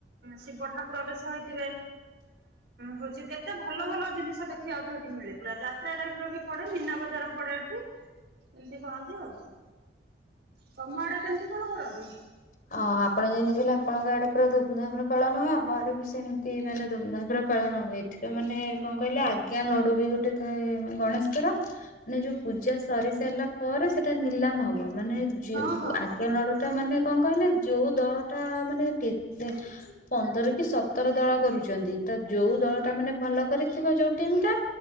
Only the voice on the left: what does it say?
ହଁ ଆପଣ ଯେମିତି କହିଲେ ଆପଣଙ୍କ ଆଡେ ପୁରା ଧୁମଧାମରେ ପାଳନ ହୁଏ। ଆମ ଆଡେ ବି ସେମିତି ମାନେ ଧୁମଧାମରେ ପାଳନ ହୁଏ। ଏଠି ତ ମାନେ କଣ କହିଲେ ଆଜ୍ଞା ଲଡୁ ବି ଗୋଟେ ଥାଏ ଗଣେଶଙ୍କର ମାନେ
ଯୋଉ ପୂଜା ସରି ସାରିଲା ପରେ ସେଟା ନିଲାମ ହବ। ମାନେ ଯ
ଆଜ୍ଞା ନଡୁ ଟା ମାନେ କଣ କହିଲେ ଯୋଉ ଦଳଟା ମାନେ କେତେ ପନ୍ଦର କି ସତର ଦଳ କରୁଛନ୍ତି। ତ ଯୋଉ
ଦଳ ଟା ମାନେ ଭଲ କରିଥିବ ଯୋଉ ଟିମ ଟା